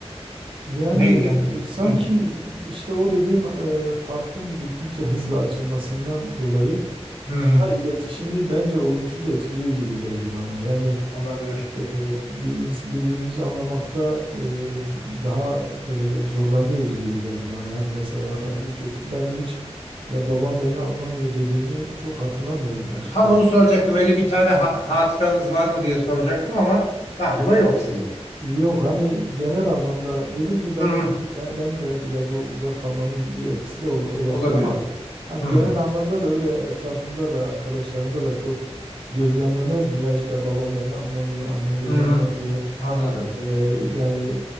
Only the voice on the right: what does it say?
Yani
e, sanki
işte o dediğim e, farkın gittikçe hızla açılmasından dolayı
da iletişimi bence olumsuz etkiliyor gibi geldi bana. Yani
e, bir, ins- birbirimizi anlamakta e, daha böyle zorlanıyoruz gibi geldi bana. Hani mesela
kendi çocuk ben hiç ya babam beni anlamıyor dediğimi çok hatırlamıyorum açıkçası.
Yok hani genel anlamda dedim ki belki
bu be- ben, de biraz o uzak kalmanın bir etkisi de ol- olabilir
ama hani
genel anlamda da öyle etrafımda da arkadaşlarımda da çok gözlemlemezdim. Ya işte babam beni anlamıyor, annem beni
anlamıyor.
Ee, yani